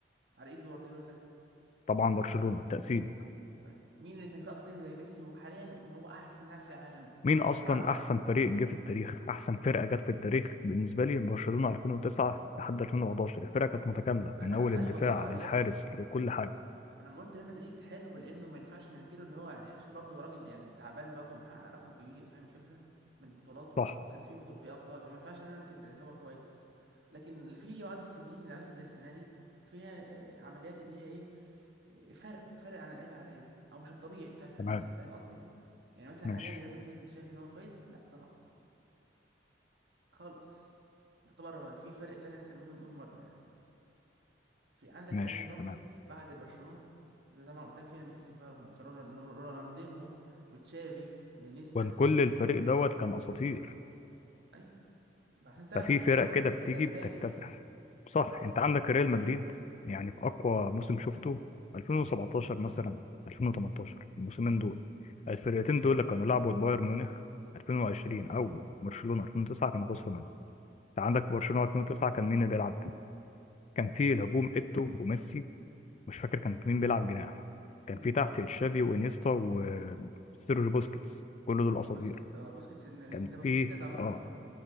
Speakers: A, on the right; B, on the left.
A: على ايد جوارديولا
B: طبعا برشلونة تقسيم
A: طيب مين اللي كان فيه اسطوري زي ميسي وحاليا هو احسن لاعب في العالم
B: مين اصلا
A: طلع انت
B: احسن فريق جه في التاريخ احسن فرقة جت في التاريخ بالنسبة لي برشلونة 2009 لحد 2011 الفرقة كانت متكاملة
A: انا
B: من اول الدفاع
A: ايوه طبعا
B: للحارس
A: يا ابني
B: لكل حاجة
A: انا لما قلت ريال مدريد حلو لانه ما ينفعش ننكره اللي هو يعني عشان برضه هو راجل يعني تعبان برضه محقق رقم كبير فاهم الفكره من البطولات ومح-
B: صح
A: وكان في بطو- في ابطال فما ينفعش ان انا انكر اللي هو كويس لكن في بعض السنين اللي مثلا زي السنه دي فيها آه، عمليات اللي هي ايه آه، فرق فرق عن الايام العاديه او مش الطبيعي بتاع الفريق
B: تمام
A: ده فاهم قصدي يعني مثلا
B: ماشي
A: حاليا ريال مدريد انت شايف ان هو كويس لا طبعا خالص يعتبر في فرق تاني احسن منه مليون مره يعني في عندك
B: ماشي
A: حاليا برضو
B: تمام
A: بعد برشلونه زي طبعا قلت لك فيها ميسي وفيها رونالدينهو وتشافي وانيستا
B: وان كل الفريق دوت كان اساطير
A: ايوه عشان تعرف
B: ففي
A: ان
B: فرق
A: ده برضو
B: كده
A: بتخليها
B: بتيجي
A: التاني
B: بتكتسح صح
A: رغم
B: انت
A: ان
B: عندك ريال مدريد يعني في اقوى موسم شفته 2017 مثلا 2018 الموسمين دول الفرقتين دول اللي كانوا لعبوا بايرن ميونخ 2020 او برشلونة 2009 كانوا خسروا منهم انت عندك برشلونة 2009 كان مين اللي بيلعب كان في الهجوم ايتو وميسي مش فاكر كان مين بيلعب جناح كان
A: مم.
B: في تحت تشافي وانيستا وسيرجيو بوسكيتس كل دول اساطير
A: بوسكيتس اه بوسكيتس اللي اللي
B: كان
A: انت مستحيل
B: في
A: تقطع منه
B: اه
A: كوره